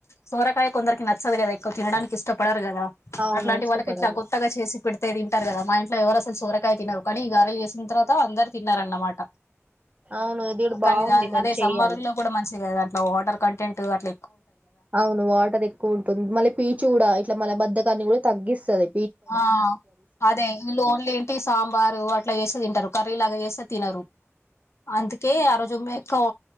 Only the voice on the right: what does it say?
అవును
ఇష్టపడను
అవును ఇది కూడా బాగుంది
మరి
చెయ్యాలి
అవును వాటర్ ఎక్కువ ఉంటుంది మళ్ళీ పీచు కూడా ఇట్లా మన బద్దకాన్ని కూడా తగ్గిస్తుది